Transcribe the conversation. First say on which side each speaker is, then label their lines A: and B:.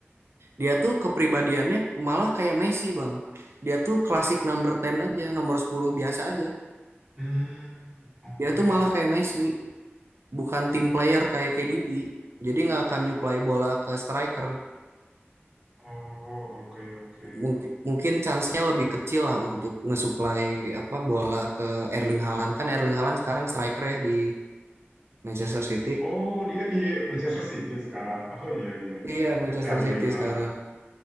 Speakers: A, on the right; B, on the right.
A: dia tuh kepribadiannya malah kayak Messi Bang. Dia tuh klasik number 10 aja, nomor 10 biasa aja.
B: Hmm, oke.
A: Dia tuh malah kayak Messi, bukan team player kayak KDB. Jadi nggak akan nyuplai bola ke striker.
B: Oh, oke, oke.
A: mungkin mungkin chance-nya lebih kecil lah untuk ngesuplai apa bola ke Erling Haaland kan Erling Haaland sekarang striker ya di Manchester City
B: Oh, dia di Manchester City sekarang. Oh iya iya.
A: iya Manchester
B: Erling,
A: City
B: ah,
A: sekarang
B: ah.